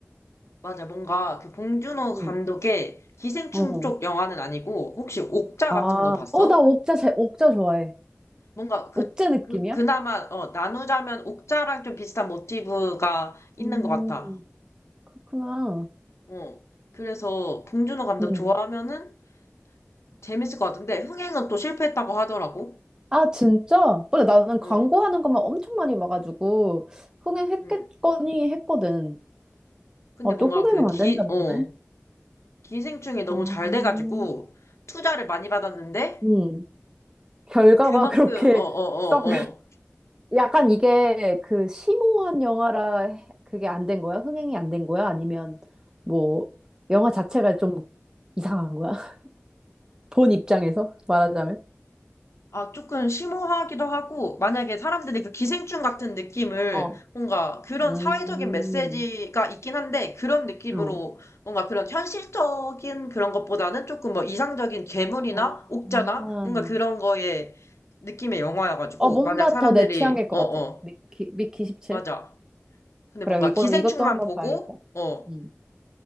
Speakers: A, on the left; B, on the right.
A: 맞아 뭔가 그 봉준호
B: 응.
A: 감독의 기생충
B: 어.
A: 쪽 영화는 아니고 혹시 옥자
B: 아,
A: 같은 거 봤어?
B: 어, 나 옥자, 제, 옥자 좋아해.
A: 뭔가 그,
B: 옥자 느낌이야?
A: 그 그나마 어 나누자면 옥자랑 좀 비슷한 모티브가 있는
B: 음,
A: 것 같아.
B: 그렇구나.
A: 어 그래서 봉준호 감독
B: 음.
A: 좋아하면은 재밌을 것 같은데 흥행은 또 실패했다고 하더라고.
B: 아, 진짜? 원래 나는 광고하는
A: 어.
B: 것만 엄청 많이 봐가지고, 흥행했겠거니
A: 음.
B: 했거든.
A: 근데
B: 어,
A: 뭔가
B: 또 흥행은
A: 그 기,
B: 안 된다 보네.
A: 어, 기생충이 너무
B: 어.
A: 잘 돼가지고 투자를 많이 받았는데
B: 음, 결과가
A: 그만큼,
B: 그렇게
A: 어, 어,
B: <laughs>
A: 어,
B: 썩.
A: 어.
B: 약간 이게 그 심오한 영화라 해- 그게 안 된 거야? 흥행이 안 된 거야? 아니면 뭐 영화 자체가 좀 이상한 거야? <laughs> 본 입장에서 말하자면?
A: 아, 조금 심오하기도 하고, 만약에 사람들이 그 기생충 같은 느낌을
B: 어. 어.
A: 뭔가 그런
B: 음.
A: 사회적인 메시지가 있긴 한데, 그런 느낌으로
B: 어.
A: 뭔가 그런 현실적인 그런 것보다는 조금 뭐 이상적인 괴물이나
B: 아,
A: 옥자나
B: 음.
A: 뭔가 그런 거의 느낌의 영화여가지고,
B: 어, 뭔가
A: 만약 사람들이,
B: 더 내 취향일 것
A: 어,
B: 같아.
A: 어,
B: 미키, 미키 17?
A: 맞아. 근데
B: 그래,
A: 뭔가
B: 이거,
A: 기생충만
B: 이것도 한번
A: 보고,
B: 봐야겠다.
A: 어,
B: 음.